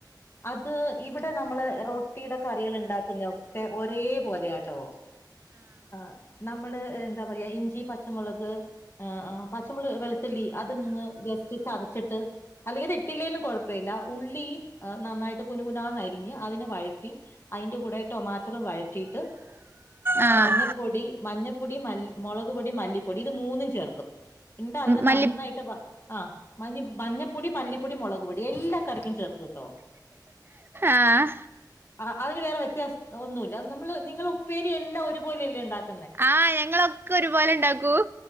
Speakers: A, on the left (about 35°); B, on the right (about 30°).
A: അത് ഇവിടെ നമ്മള് റൊ ട്ടിയുടെ കറികൾ ഉണ്ടാക്കുന്നയൊക്കെ ഒരേ പോലെയാട്ടോ ആഹ് നമ്മള് എന്താ പറയാ ഇഞ്ചി പച്ചമുളക് ആഹ് ആഹ് പച്ചമുളക് വെളുത്തുള്ളി അതൊന്ന് ജസ്റ്റ് ചതച്ചിട്ട് അല്ലെങ്കിൽ അത് ഇട്ടില്ലേലും കുഴപ്പവില്ല ഉള്ളി ത് നന്നായിട്ട് കുനുകുനാന്നരിഞ്ഞ് അതിനെ വഴറ്റി അതിന്റെ കൂടെ ടൊമാ റ്ററ് വഴറ്റിയിട്ട്
B: ആഹ്
A: മഞ്ഞപ്പൊടി മഞ്ഞ പൊടി മുളക് പൊടി മല്ലിപ്പൊടി ഇത് മൂന്നും ചേർക്കും എന്നിട്ട് അതിനെ
B: മല്ലി
A: നന്നായിട്ട് ആഹ് മഞ്ഞ മഞ്ഞപ്പൊടി മല്ലിപ്പൊടി മുളക്പൊടി എല്ലാ കറി കേട്ടോ
B: ആഹ്
A: ആഹ് അതിന് വേറെ വ്യത്യാസം ഒന്നുമില്ല നമ്മള് നിങ്ങള് ഉപ്പേരി എല്ലാം ഒരുപോലെയല്ലേ ഉണ്ടാക്ക
B: ആഹ് ഞങ്ങളൊക്കെ ഒരുപോലെ ഉണ്ടാക്കും